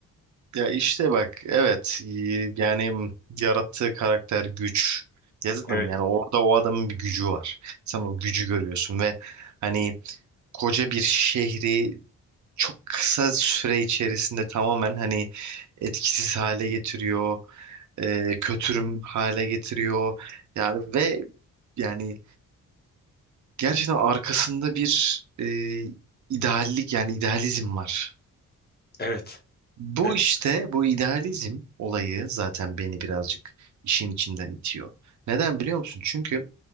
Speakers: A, on the right; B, on the left.
A: ya işte bak, evet. y- Yani yarattığı karakter güç. Ya zaten
B: Evet,
A: yani orada o adamın bir gücü var. Sen o gücü görüyorsun ve hani koca bir şehri çok kısa süre içerisinde tamamen hani etkisiz hale getiriyor, e, kötürüm hale getiriyor. Yani ve yani gerçekten arkasında bir e, ideallik yani idealizm var.
B: evet,
A: Bu
B: evet,
A: işte bu idealizm olayı zaten beni birazcık işin içinden itiyor. Neden biliyor musun? Çünkü